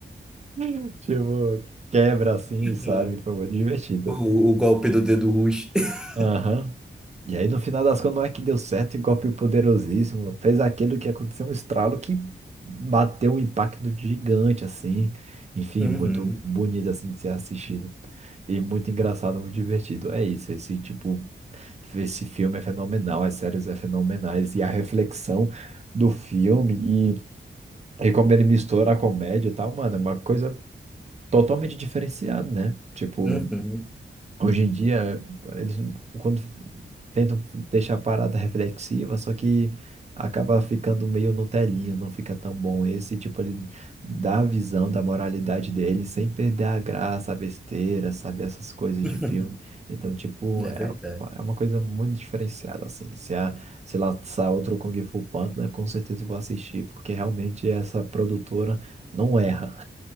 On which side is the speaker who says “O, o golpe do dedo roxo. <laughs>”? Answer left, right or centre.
Centre